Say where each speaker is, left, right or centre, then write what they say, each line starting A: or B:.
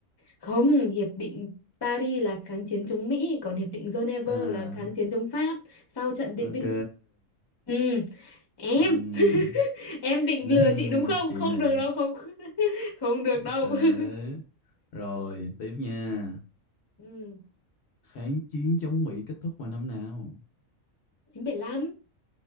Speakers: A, on the left; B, on the left.
A: Không, Hiệp định Paris là kháng chiến chống Mỹ, còn Hiệp định Geneva
B: à
A: là kháng chiến chống Pháp sau trận Điện
B: ok
A: Biên Phủ. Ừm, em,
B: Ừm,
A: <laughs> em định
B: ừm,
A: lừa chị đúng không?
B: <laughs> chị
A: Không
B: này
A: được đâu, không, <laughs> không được đâu.
B: ok đấy
A: <laughs>
B: rồi tiếp nha
A: Ừm,
B: kháng chiến chống Mỹ kết thúc vào năm nào
A: 975.